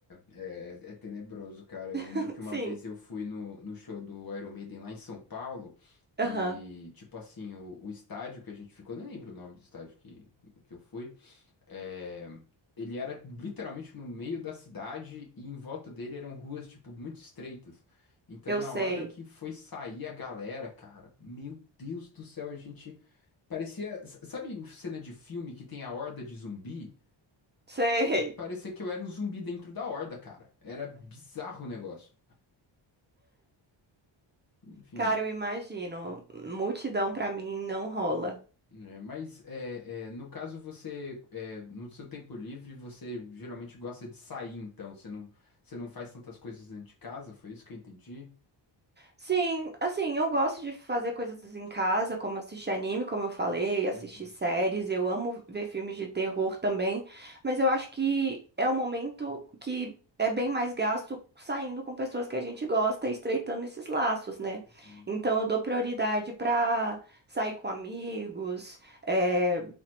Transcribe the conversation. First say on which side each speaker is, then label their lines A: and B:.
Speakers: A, on the left; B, on the right.
A: É, é tenebroso, cara. Eu lembro
B: <laughs>
A: que uma
B: Sim.
A: vez eu fui no, no show do Iron Maiden lá em São Paulo
B: Aham.
A: e, tipo assim, o, o estádio que a gente ficou, nem lembro o nome do estádio que, que eu fui, É, ele era literalmente no meio da cidade e em volta dele eram ruas, tipo, muito estreitas. Então,
B: Eu
A: na
B: sei.
A: hora que foi sair a galera, cara, meu Deus do céu, a gente parecia. s- Sabe em cena de filme que tem a horda de zumbi?
B: Sei.
A: Parecia que eu era um zumbi dentro da horda, cara. Era bizarro o negócio. Enfim.
B: Cara, eu imagino. Multidão pra mim não rola.
A: É, mas é, é, no caso você é, no seu tempo livre você geralmente gosta de sair então você não você não faz tantas coisas dentro de casa foi isso que eu entendi
B: Sim, assim, eu gosto de fazer coisas em casa, como assistir anime, como eu falei, assistir
A: Uhum,
B: séries. Eu amo ver filmes de terror também, mas eu acho que é um momento que é bem mais gasto saindo com pessoas que a gente gosta e estreitando esses laços, né?
A: uhum.
B: Então eu dou prioridade pra sair com amigos, é,